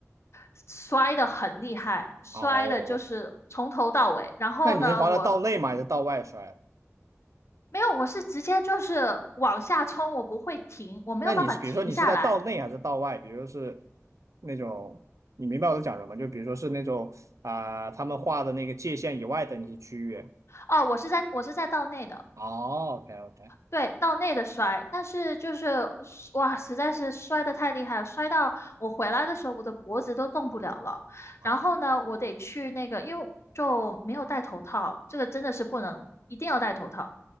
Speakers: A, on the left (about 55°); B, on the right (about 70°).
A: 摔得很厉害，摔的就是从头到尾。
B: 哦，
A: 然后呢，
B: 那你是滑到道内吗？
A: 我
B: 还是道外摔？
A: 没有，我是直接就是往下冲，我不会停，我没有办法停下来。
B: 那你是比如说你是在道内还是道外？比如是那种你明白我在讲什么？就比如说是那种啊、他们画的那个界限以外的那些区域
A: 哦，我是在我是在道内的。
B: 哦，OK OK
A: 对，到内的摔，但是就是哇，实在是摔得太厉害了，摔到我回来的时候，我的脖子都动不了了。
B: 啊
A: 然后呢，我得去那个，因为就没有戴头套，这个真的是不能，一定要戴头套。